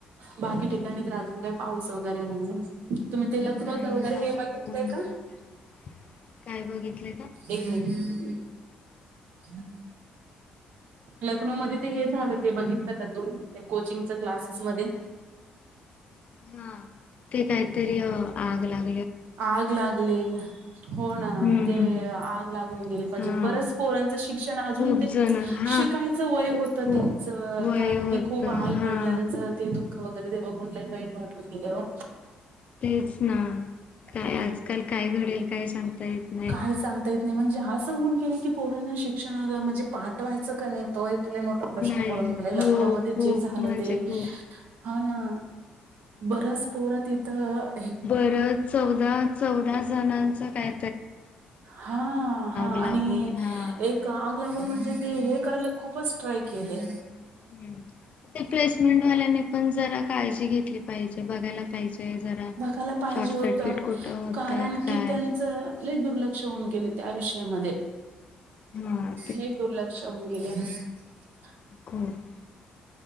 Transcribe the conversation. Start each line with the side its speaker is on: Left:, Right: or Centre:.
Right: बाकी ठिकाणी आजून काय पाऊस वगैरे नाही. तुम्ही ते लखनौ
Left: नाही
Right: वगैरे
Left: हा
Right: हे बघितलंय
Left: ऊन वगैरे
Right: का?
Left: काय बघितले का?
Right: एक मिनीट हा. लखनौमध्ये ते हे झालं ते बघितलं का? तुम्ही कोचिंगच्या क्लासेसमध्ये?
Left: हा ते काही तरी आग लागल.
Right: आग लागली हो ना
Left: हम्म
Right: ते
Left: हम्म हम्म
Right: आग लागून गेली म्हणजे
Left: हा
Right: बरच. पोरांच शिक्षण अजुन
Left: खूप
Right: ते
Left: जण हा
Right: शिकायच वय होत
Left: खूप
Right: त्यांच
Left: वय
Right: कारण
Left: होत
Right: की खूप
Left: हा
Right: वडिलांच ते दुःख वगैरे ते बघून वाईट वाटून गेले हो.
Left: तेच ना काय
Right: हम्म
Left: आजकाल काय घडेल काय सांगता. येत नाही.
Right: काय सांगताय येत म्हणजे असं होऊन गेले की पोरांना शिक्षणाला म्हणजे पाठवायचं का नाहीे तो एक लय मोठ प्रश्न
Left: नाही
Right: पडून गेले
Left: हो
Right: लखनैमध्ये
Left: खूप
Right: जे झालं
Left: म्हणजे
Right: ते
Left: खूप.
Right: हा ना. बरेच पोर तिथ इथं
Left: बरं चौदा, चौदा जणांचं काय?
Right: हा हा
Left: लागून
Right: आणि
Left: हा हम्म.
Right: एक आग लागून म्हणजे ते एक करायला खूपच ट्राय केलय.
Left: हं ते प्लेसमेंट वाल्यांनी पण जरा काळजी घेतली पाहिजे बघायला पाहिजे. जरा.
Right: बघायला पाहिजे
Left: शॉर्ट
Right: होत
Left: सर्किट कुठं होतात
Right: कारण
Left: काय
Right: की त्यांच लय दुर्लक्ष होऊन गेले त्या विषयामध्ये
Left: हा
Right: लय दुर्लक्ष होऊन गेले. हं! <unintelligible>
Left: का <unintelligible>